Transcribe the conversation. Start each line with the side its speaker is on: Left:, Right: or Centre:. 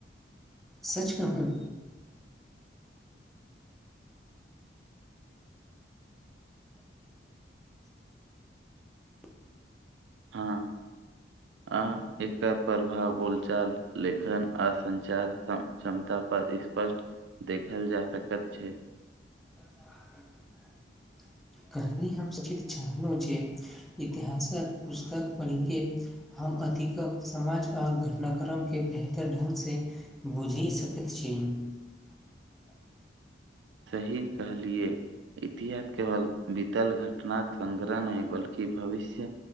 Centre: सच कहल <inaudible> <inaudible>
Right: हँ आ इकर प्रभाव बोलचाल लेखन आसञचार क्षमता पर पर स्पष्ट देखल जा सकैत छै
Centre: <inaudible> कहनी हम सभी क चलहु जे इतिहासक पुस्तक पढ़िक हम हम अतिक समाज आ घटनाक्रमके बेहतर ढङ्गसँ बूझि सकैत छी ह
Right: सही कहलियए इतिहास केवल बीतल घटनााक संगग्रह नहि बल्कि भविष्य